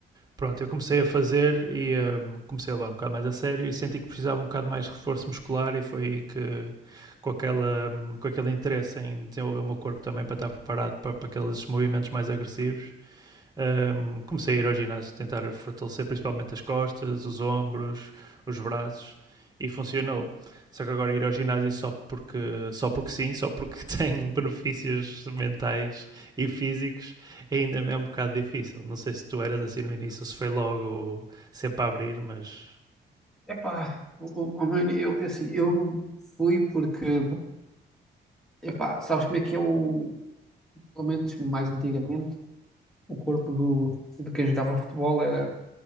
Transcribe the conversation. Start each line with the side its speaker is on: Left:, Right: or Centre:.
Right: Pronto, eu comecei a fazer e hum, comecei a levar um bocado mais a sério e senti que precisava um bocado mais de reforço muscular e foi aí que com, aquela, hum, com aquele interesse em desenvolver o meu corpo também para estar preparado para, para aqueles movimentos mais agressivos Ahm, comecei a ir ao ginásio, tentar fortalecer principalmente as costas, os ombros, os braços e funcionou. Só que agora ir ao ginásio só porque, só porque sim, só porque <laughs> tem benefícios mentais e físicos, ainda me é um bocado difícil. Não sei se tu eras assim no início, ou se foi logo sempre a abrir, mas.
Centre: Epá, o, o, o meu- eu, eu, assim, eu fui porque, epá, sabes como é que é o, pelo menos mais antigamente, o corpo do, de quem jogava futebol era